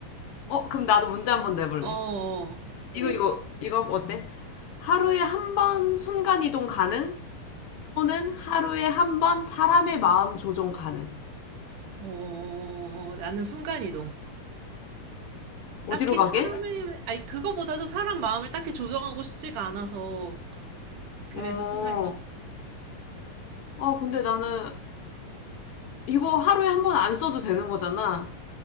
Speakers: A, on the left (about 85°); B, on the right (about 70°).
A: 어, 그럼 나도 문제 한번 내볼래.
B: 어,
A: 이거, 이거, 이거 어때? 하루에 한 번 순간 이동 가능? 또는 하루에 한 번 사람의 마음 조종 가능?
B: 어, 나는 순간이동.
A: 어디로
B: 딱히
A: 가게?
B: 사람의, 아니, 그거보다도 사람 마음을 딱히 조정하고 싶지가 않아서. 그래서
A: 어,
B: 순간이동?
A: 아, 근데 나는 이거 하루에 한 번 안 써도 되는 거잖아.